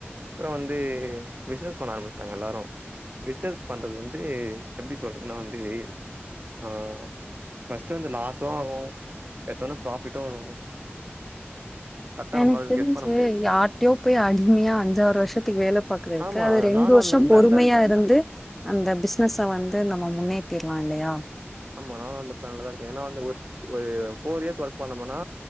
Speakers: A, on the right (about 40°); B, in the centre.
A: அப்பறோ வந்து பிசினஸ் பண்ண ஆரம்பிச்சட்டாங்க எல்லாரு பிசினஸ் பண்றது வந்து எப்படி சொல்றதுன்னா வந்து ஆ ஃப ஸ்ட் இந்த லாஸ்சு வரு எடுத்தோன ப்ராஃபிட்டு வரு கரெக்டா
B: எனக்கு
A: நம்மளால
B: தெரிஞ்சு
A: கெஸ் பண்ண முடியாது
B: யாரிட்டையோ போய் அடிமையா அஞ்சாறு வருஷத்துக்கு வேலை பாக்குறதுக்
A: ஆமா
B: கு அது ரெண்டு
A: நானு
B: வருஷம்
A: அந்த பிளான்
B: பொறுமையா
A: தா இருக்கே
B: இருந்து அந்த பிசினஸ்ஸ வந்து நம்ம முன்னேத்திரலா இல்லையா
A: ஆமா நானு அந்த பிளான்லதா இருக்கே ஏன்னா வந்து ஒரு ஒரு ப்போர் இயர்ஸ் ஒர்க் பண்ணோனா